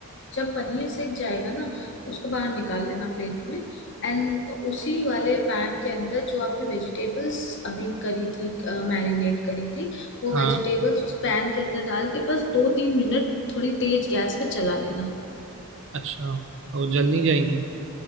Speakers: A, on the left (about 55°); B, on the right (about 55°).
A: जब पनीर सिक जाएगा ना उसको बाहर निकाल लेना प्लेट में एंड उसी वाले पैन के अंदर जो आपने वेजिटेबल्स अभी करी थी मैरिनेट करी थी वो
B: हाँ
A: वेजिटेबल्स उस पैन के अंदर डाल के बस दो तीन मिनट थोड़ी तेज गैस पे चला लेना
B: अच्छा और जल नहीं जाएंगी